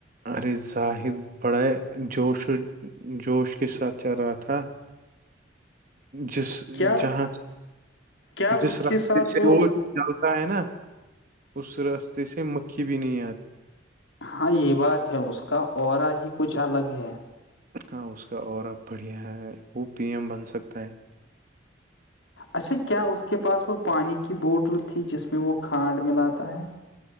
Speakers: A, on the right (about 50°); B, on the left (about 85°).
A: ارے زاہد بڑا جوش و جوش کے ساتھ چل رہا تھا جس
B: کیا
A: جہاں سے
B: کیا
A: جس
B: اس کے
A: رستے
B: ساتھ
A: سے وہ جل <inaudible> ر ہے نا اس راستے سے مکھی بھی نہیں آتی
B: ہاں یہ بات ہے اس کا اورہ ہی کچھ الگ ہے
A: ہاں اس کا اورہ بڑھیا ہے وہ پی ایم بن سکتا ہے
B: اچھا کیا اس کے پاس وہ پانی کی بوٹل تھی جس میں وہ کھانڈ ملاتا ہے